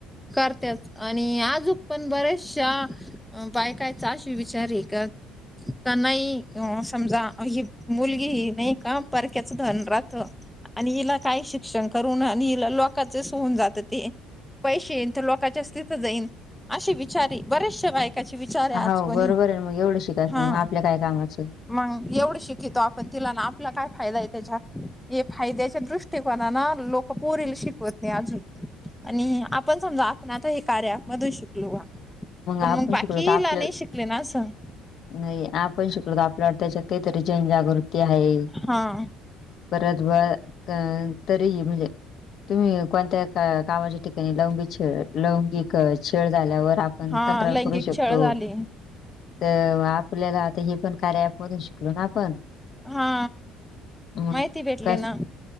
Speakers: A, in the centre; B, on the left.
A: करत्याच. आणि आजूक पण बऱ्याचशा अं-बायकाचे आशे विचार आहे का? त्यांनाही, अ-समजा ही मुलगी ही नाही का, परक्याचं धन राहतं. आणि हिला काय शिक्षण करून आणि हिला लोक लोकाचंच होऊन जातं ते, पैसे येईन तर लोकच्याच तिथं जाईन. अशे विचार आहेत, बऱ्याचश्या बायकाचे विचार आहे आज
B: हाव
A: पण
B: बरोबर
A: हे.
B: आहे मग एवढं शिकायचं
A: हा.
B: मग आपल्या काय कामाचं
A: मंग, एवढं शिकिवतो आपण तिला अन आपला काय फायदा आहे त्याच्यात, हे फायद्याच्या दृष्टकोनानं लोक कं पोरीला शिक वत नाही अजून, आणि आपण समजा आपण आता हे कार्या मधून शिकलो हा. पण
B: आपण
A: मग बाकीला
B: शिकलो तर आपल्या
A: नाही शिकले ना असं?
B: नाही, आपण शिकलो तर आपल्या त्याच्यात काहीतरी जनजागृती आहे.
A: हा.
B: परत, व-क-तरी ही म्हणजे, तुम्ही कोणत्या? गावाच्या ठिकाणी लौंगिक छळ-लौंगिक छळ झाल्यावर आप पण
A: हा
B: तक्रार
A: लैंगिक
B: करू शकतो.
A: छळ झाले
B: तर, आपल्याला आता हे पण कार्या अँप मधून शिकलो ना आपण?
A: हा,
B: मग
A: माहिती भेटली
B: कस
A: ना!